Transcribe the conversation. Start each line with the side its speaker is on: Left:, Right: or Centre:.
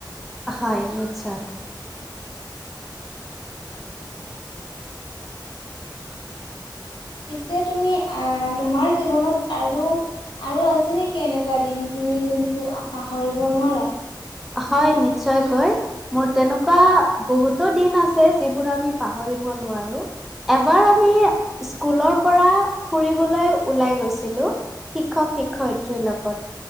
Centre: হয়, নিশ্চয়।
Left: পিছে তুমি অ'- তোমাৰ জীৱনত আৰু - আৰু আছে নেকি এনেকুৱা দিন? তুমি যোনটো পাহৰিব নোৱাৰা।
Centre: হয়, নিশ্চয়কৈ। মোৰ তেনেকুৱা বহুতো দিন আছে, যিবোৰ আমি পাহৰিব নোৱাৰোঁ। এবাৰ আমি স্কুলৰ পৰা ফুৰিবলৈ ওলাই গৈছিলোঁ। শিক্ষক-শিক্ষয়িত্ৰীৰ লগত।